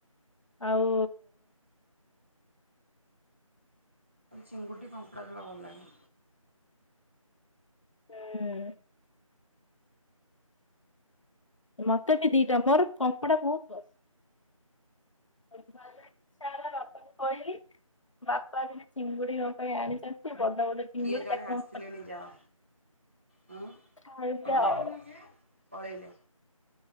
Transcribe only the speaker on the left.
ଆଉ
ହୁଁ। ମତେ ବି ଦିଟା ମୋର କଙ୍କଡ଼ା ବହୁତ ପସ ଚା ବାପାଙ୍କୁ କହିଲି। ବାପା ଆଜି ଚିଙ୍ଗୁଡ଼ି ମୋ ପାଇଁ ଆଣିଛନ୍ତି ବଡ ବଡ ଚିଙ୍ଗୁଡି
ତାକୁ
ଆମେ ତ
ଖାଇଯା
ଆଉ